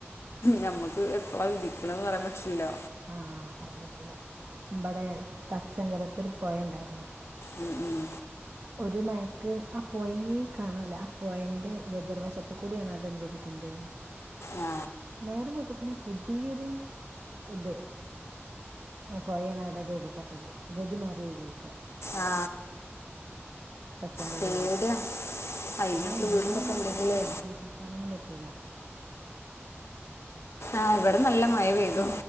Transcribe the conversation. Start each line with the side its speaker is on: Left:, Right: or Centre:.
Left: ഞമ്മക്ക് എപ്പഴാ വിധിക്കണംന്ന് പറയാൻ പറ്റില്ലോ
Right: ആഹ് പറയാൻ പറ്റുല്ല മ്പടെ തച്ചങ്കലത്തൂര് പോയ ണ്ടായിരുന്നു.
Left: ഉം, ഉം.
Right: ഒരു മയക്ക് അപോയി കാണല്ലേ അപ്പോയന്റെ എതിർവശത്ത കൂടിയാണ് അതെന് ഇരിക്കുന്നത്
Left: ആ
Right: നേരം വെള്തപൊ പുതിയൊരു ഇത്. പോയാണ് അവിടെ രൂപപ്പെട്ടത് ഗതി മാറിക്കുക
Left: ആ
Right: തച്ചൻമ്പാറയില്
Left: പേടിയാ അതിൻ്റെ
Right: ആഹ്
Left: അടുത്ത് വീടുമ്പൊക്കെ
Right: ഇന്ന് മ്മള്
Left: ഉണ്ടെങ്കിലേ
Right: പ്പോ പ്രതീക്ഷിക്കാനൊന്നും പറ്റൂല്ല.
Left: ആഹ് ഇവിടെപൊ നല്ല മഴ പെയ്തു.